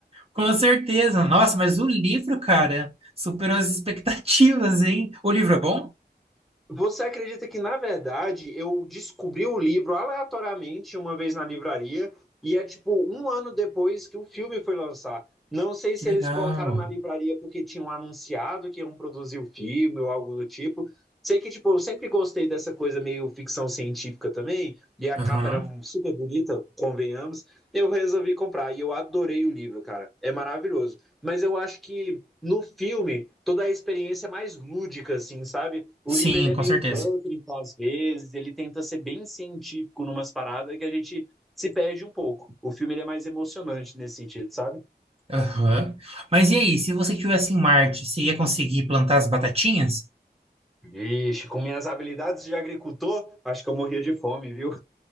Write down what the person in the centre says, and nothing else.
Você acredita que, na verdade, eu descobri o livro aleatoriamente uma vez na livraria, e é tipo um ano depois que o filme foi lançar. Não sei
se
eles colocaram na livraria porque tinham anunciado que iam produzir o filme ou algo do tipo. Sei que, tipo, eu sempre gostei dessa coisa meio ficção científica também, e a
capa era super bonita, convenhamos. Eu resolvi comprar e eu adorei o livro, cara. É maravilhoso. Mas eu acho que no filme, toda a experiência é mais lúdica, assim, sabe? O
livro ele é
meio
técnico às vezes, ele tenta ser bem científico numas paradas que a gente se perde um pouco. O filme ele é mais emocionante nesse sentido, sabe?
Vixe, com minhas habilidades de agricultor, acho que eu morria de fome, viu?